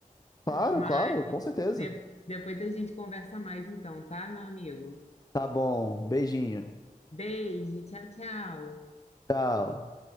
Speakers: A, on the left; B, on the left.
A: Claro,
B: Mas
A: claro, com certeza.
B: de- depois a gente conversa mais então, tá, meu amigo?
A: Tá bom, beijinho.
B: Beijo, tchau, tchau.
A: Tchau.